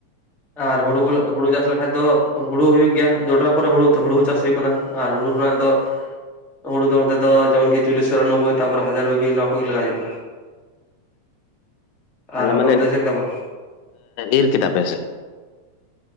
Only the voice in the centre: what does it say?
ᱟᱨ ᱦᱩᱲᱩᱮ ᱦᱩᱲᱩ ᱪᱟᱥ ᱞᱮᱠᱷᱟᱡ ᱫᱚ ᱦᱩᱲᱩ ᱦᱩᱭᱩᱜ ᱜᱮᱭᱟ ᱡᱚᱸᱰᱨᱟ ᱯᱚᱨᱮ ᱦᱩᱲᱩ ᱦᱩᱲᱩ ᱦᱚᱸ ᱪᱟᱥ ᱦᱩᱭᱩᱜ ᱠᱟᱱᱟ ᱟᱨ ᱦᱩᱲᱩ ᱨᱮᱱᱟᱜ ᱫᱚ ᱦᱩᱲᱩ ᱫᱚ ᱱᱚᱛᱮ ᱫᱚ ᱡᱮᱢᱚᱱᱠᱤ ᱪᱚᱞᱞᱤᱥ ᱪᱩᱨᱟᱱᱚᱵᱳᱭ, ᱛᱟᱯᱚᱨ ᱦᱟᱡᱟᱨ ᱵᱤᱵᱤ ᱱᱚᱣᱟ ᱠᱚᱜᱮ ᱞᱟᱜᱟᱣ ᱦᱩᱭᱩᱜ ᱠᱟᱱᱟ ᱾
ᱟᱨ ᱟᱯᱮ
ᱚᱱᱛᱮ ᱪᱮᱫ ᱞᱮᱠᱟ ᱵᱟᱝ